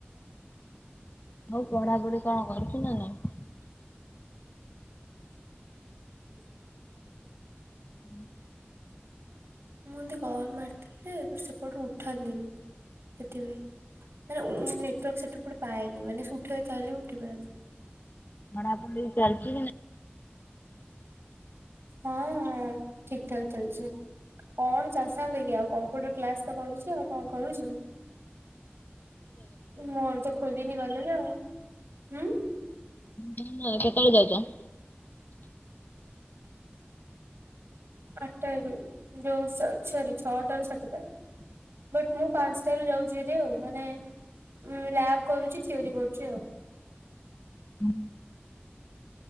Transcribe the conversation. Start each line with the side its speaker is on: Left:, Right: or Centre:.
Left: ହଉ ପଢାପଢି କଣ କରୁଚୁ ନା ନାଇଁ?
Right: <inaudible> ଏଯ୍ କେତେ?
Left: <inaudible>
Right: ମୁଁ ଏମିତି କଲ୍ ମାରିଥିଲି ହେ ସେପଟୁ ଉଠାନ୍ତିନି ସେଥିପାଇଁ। ମାନେ ଉମ୍ ନେଟୱାର୍କ ସେଠୁ ପଟେ ପାଏନି ମାନେ ସେ ଉଠେବା ପାଇଁ ଚାହିଁଲେ ବି ଉଠେଇ ପାରନ୍ତିିନି।
Left: ମାନେ ଆପଣ ଠିକ୍ ଚାଲିଚି କି ନାଇଁ?
Right: ହଁ ଠିକ ଠାକ ଚାଲିଛି। କଣ ଚାଷାନ୍ତେ କି ଆଉ, କମ୍ପ୍ୟୁଟର କ୍ଲାସ ତ କରୁଛି ଆଉ କଣ କରୁଛି କି? ମୋର ତ ଖୋଲିନିି ଗଲିନି ଆଉ ହୁଁ।
Left: ହୁ ଆଉ କେତେବେଳେ ଯାଉଛ?
Right: ଆଠଟାରୁ ଯଉ ସ ସରି ଛଅଟାରୁ ସାତୁଟା। ବଟ୍ ମୁଁ ପାଞ୍ଚଟାରୁ ଯାଉଛିହାରି ଆଉ ମାନେ ମୁଁ ଲ୍ୟାବ୍ କରୁଛି ଥିଓରି କରୁଛି ଆଉ।
Left: ହଁ।